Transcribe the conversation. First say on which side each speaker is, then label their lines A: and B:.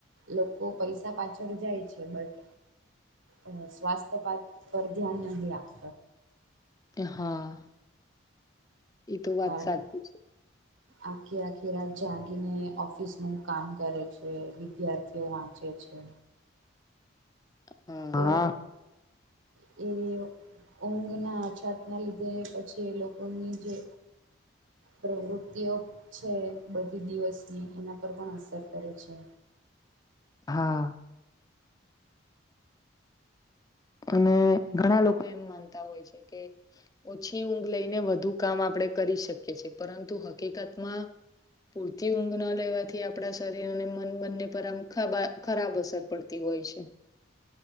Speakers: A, on the right (about 75°); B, on the left (about 20°).
A: લોકો પૈસા પાછળ જાય છે. બટ અ સ્વાસ્થ્ય પા પર ધ્યાન નહીં રાખત
B: હા એ તો વાત
A: કારણ
B: સાચી છે.
A: આખી આખી રાત જાગીને ઓફિસ નું કામ કરે છે વિદ્યાર્થીઓ વાંચે છે.
B: હ
A: તો
B: હા
A: એ ઊંઘ ના છાત ના લીધે પછી લોકોની જે પ્રવૃત્તિઓ છે બધી દિવસની એના પર પણ અસર કરે છે.
B: હા. અને ઘણા લોકો એમ માનતા હોય છે કે ઓછી ઊંઘ લઈને વધુ કામ આપણે કરી શકીએ છ, છેએ પરંતુ હકીકતમાં પૂરતી ઊંઘ ન લેવાથી આપણા શરીર અને મન બંને પરમ ખાબ ખરાબ અસર પડતી હોય છે